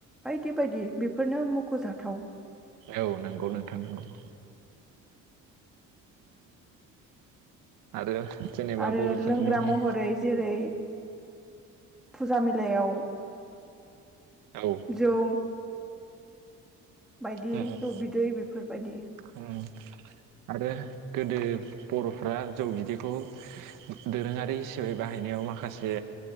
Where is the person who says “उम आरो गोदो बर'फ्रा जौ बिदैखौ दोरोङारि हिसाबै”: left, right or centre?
Right